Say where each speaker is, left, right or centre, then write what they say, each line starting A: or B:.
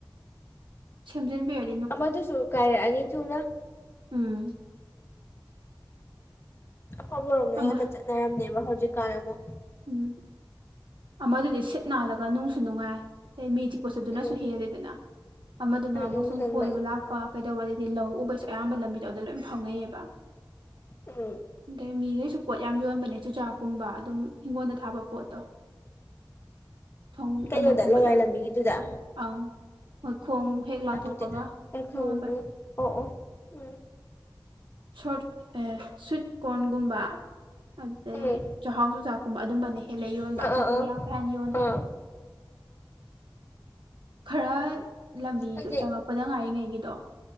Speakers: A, on the right; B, on the left.
A: ꯁꯦꯝꯖꯤꯟꯕꯤꯔꯗ__
B: ꯑꯃꯗꯨꯁꯨ ꯀꯥꯏꯔꯛꯑꯅꯤ ꯊꯨꯅ
A: ꯎꯝ
B: ꯑꯐꯕ ꯔꯣꯝꯗꯩ
A: ꯑꯃ
B: ꯉꯥꯠꯇ ꯆꯠꯅꯔꯝꯅꯦꯕ ꯍꯧꯖꯤꯛꯀꯥꯟ ꯑꯃꯨꯛ
A: ꯎꯝ ꯑꯃꯗꯨꯗꯤ ꯁꯤꯠ ꯅꯥꯜꯂꯒ ꯅꯨꯡꯁꯨ ꯅꯨꯡꯉꯥꯏ ꯑꯗꯩ ꯃꯤ ꯆꯤꯛꯄꯁꯨ ꯑꯗꯨꯅꯁꯨ
B: ꯎꯝ
A: ꯍꯦꯜꯂꯦꯗꯅ ꯑꯃꯗꯨꯅ
B: ꯎꯝ
A: ꯑꯃꯨꯛ
B: ꯎꯝ
A: ꯁꯨꯝ
B: ꯍꯦꯟꯕꯅꯦ
A: ꯀꯣꯏꯕ ꯂꯥꯛꯄ ꯀꯩꯗꯧꯕ ꯑꯗꯩꯗꯤ ꯂꯧ ꯎꯕꯩꯁꯨ ꯑꯌꯥꯝꯕ ꯂꯝꯕꯤꯗꯣ ꯑꯗꯩ ꯂꯣꯏ ꯐꯥꯎꯅꯩꯌꯦꯕ
B: ꯎꯝ
A: ꯑꯗꯩ ꯃꯤꯒꯩꯁꯨ ꯄꯣꯠ ꯌꯥꯝ ꯌꯣꯟꯕꯅꯦ ꯆꯨꯖꯥꯛꯀꯨꯝꯕ ꯑꯗꯨꯝ ꯍꯤꯡꯒꯣꯟꯗ ꯊꯥꯕ ꯄꯣꯠꯇꯣ ꯊꯣꯡ
B: ꯀꯩꯅꯣꯗ
A: ꯀꯩꯅꯣꯒꯨꯝꯕꯗ
B: ꯂꯋꯥꯏ ꯂꯝꯕꯤꯒꯤꯗꯨꯗ
A: ꯑꯪ ꯃꯣꯏ ꯈꯣꯡ ꯍꯦꯛ ꯂꯥꯟꯊꯣꯛꯄꯒ
B: ꯑꯗꯨꯗꯤ ꯑꯩ ꯈꯪꯗ꯭ꯔꯤ
A: ꯌꯣꯟꯕꯅꯦ
B: ꯑꯣ ꯑꯣ ꯎꯝ
A: ꯁꯣꯔꯠ ꯑꯦ ꯁ꯭ꯋꯤꯠ ꯀꯣ꯭ꯔꯟꯒꯨꯝꯕ ꯑꯗꯩ
B: ꯎꯝ
A: ꯆꯥꯛꯍꯥꯎ ꯆꯨꯖꯥꯛꯀꯨꯝꯕ ꯑꯗꯨꯝꯕꯅ ꯍꯦꯜꯂꯦ ꯌꯣꯟꯕ
B: ꯑꯥ
A: ꯑꯇꯣꯞꯄꯗꯤ
B: ꯑꯥ ꯑꯥ
A: ꯌꯥꯝ ꯀꯥ ꯍꯦꯟꯅ ꯌꯣꯟꯗꯦ
B: ꯑꯥ
A: ꯈꯔ ꯂꯝꯕꯤꯗꯨ
B: ꯑꯩꯗꯤ
A: ꯆꯪꯉꯛꯄꯗ ꯉꯥꯏꯔꯤꯉꯩꯒꯤꯗꯣ